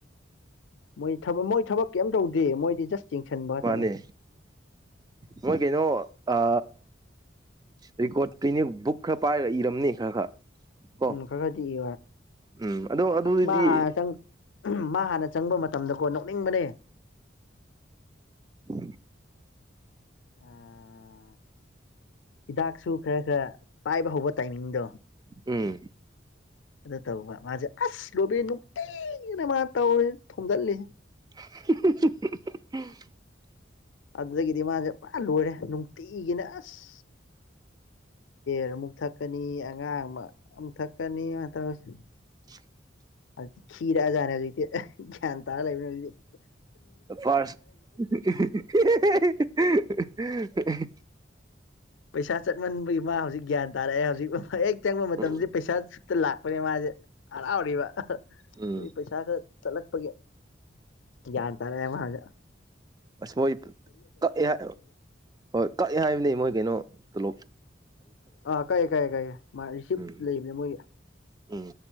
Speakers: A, on the left; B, on the right.
A: ꯃꯣꯏ ꯃꯣꯏ ꯊꯕꯛ ꯀꯩꯝ ꯇꯧꯗꯦ ꯃꯣꯏꯗꯤ ꯖꯁ ꯆꯤꯡꯁꯤꯟꯕ ꯉꯥꯛꯇꯅꯦ
B: ꯃꯥꯅꯦ ꯃꯣꯏ ꯀꯩꯅꯣ ꯑ ꯔꯦꯀꯣꯔꯠꯇꯅꯦ ꯕꯨꯛ ꯈꯔ ꯄꯥꯏꯔ ꯏꯔꯝꯅꯦ ꯈꯔ ꯈꯔ ꯀꯣ
A: ꯎꯝ ꯈꯔ ꯈꯗꯤ ꯏ
B: ꯎꯝ ꯑꯗꯣ ꯑꯗꯨꯗꯤ
A: ꯑꯁ ꯃꯥ ꯍꯥꯟꯅꯇꯪ ꯎ ꯃꯥ ꯍꯥꯟꯅ ꯆꯪꯕ ꯃꯇꯝꯗꯀꯣ ꯅꯣꯛꯅꯤꯡꯕꯅꯦ
B: ꯎ
A: ꯑ ꯍꯤꯗꯥꯛꯁꯨ ꯈꯔ ꯈꯔ ꯄꯥꯏꯕ ꯍꯧꯕ ꯇꯥꯏꯃꯤꯡꯗꯣ
B: ꯎꯝ
A: ꯑꯗꯨ ꯇꯧꯕ ꯃꯥꯁꯦ ꯑꯁ ꯂꯣꯕ ꯅꯨꯡꯇꯤꯅ ꯃꯥ ꯇꯧꯔꯤ ꯊꯣꯝꯒꯜꯂꯤ
B: <unintelligible>
A: ꯑꯗꯨꯗꯒꯤꯗꯤ ꯃꯥꯁꯦ ꯄꯨꯔꯥ ꯂꯣꯏꯔꯦ ꯅꯨꯡꯇꯤꯒꯤꯅꯦ ꯑꯁ ꯔ ꯑꯃꯨꯛ ꯊꯛꯀꯅꯤ ꯑꯉꯥꯡ ꯑꯃ ꯑꯃꯨꯛ ꯊꯛꯀꯅꯤ ꯑꯗꯨꯃꯅ ꯇꯧꯔꯁꯤ
B: <unintelligible>
A: ꯑꯗꯨꯛꯇ ꯊꯈꯤꯔꯛꯑꯖꯥꯠꯅꯦ ꯍꯧꯖꯤꯛꯇꯤ ꯒ꯭ꯌꯥꯟ ꯇꯥꯔ ꯂꯩꯕꯅꯤ ꯍꯧꯖꯤꯛꯇ
B: ꯐꯔꯁ <unintelligible>
A: ꯄꯩꯁꯥ ꯆꯠꯃꯟꯕꯒꯤ ꯃꯥ ꯍꯧꯖꯤꯛ ꯒ꯭ꯌꯥꯟ ꯇꯥꯔꯛꯑꯦ ꯍꯧꯖꯤꯛ ꯍꯦꯛ ꯆꯪꯕ
B: ꯎꯝ
A: ꯃꯇꯝꯗꯗꯤ ꯄꯩꯁꯥ ꯂꯥꯛꯄꯅꯦ ꯃꯥꯁꯦ ꯍꯔꯥꯎꯔꯤꯕ
B: ꯎꯝ
A: ꯑꯗꯨ ꯄꯩꯁꯥ ꯈꯛ ꯆꯠꯂꯛꯄꯒꯤ ꯒ꯭ꯌꯥꯟ ꯇꯥꯔꯛꯑꯦ ꯃꯍꯥꯛꯥꯟꯅ
B: ꯑꯁ ꯃꯣꯏ ꯀꯛꯑꯦ ꯍꯥꯏ ꯍꯣꯏ ꯀꯛꯑꯦ ꯍꯥꯏꯕꯅꯤ ꯃꯣꯏ ꯀꯩꯅꯣꯣꯂꯣꯞ
A: ꯑꯥ ꯀꯥꯏꯑꯦ ꯀꯥꯏꯑꯦ ꯀꯥꯏꯑꯦ ꯃꯥ ꯔꯤꯁꯤꯞꯇ
B: ꯎꯝ
A: ꯂꯩꯕꯅꯦ ꯃꯣꯏꯒꯤ
B: ꯎꯝ